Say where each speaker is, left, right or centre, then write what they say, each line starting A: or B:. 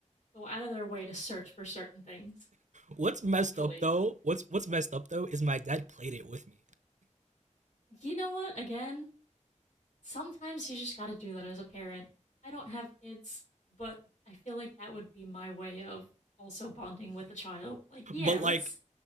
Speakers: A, on the left; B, on the right.
A: go out of their way to search for certain things.
B: What's messed
A: Hopefully.
B: up though? What's what's messed up though is my dad played it with me,
A: You know what? Again, sometimes you just got to do that as a parent. I don't have kids, but I feel like that would be my way of also bonding with a child. Like, yeah,
B: but like.
A: let's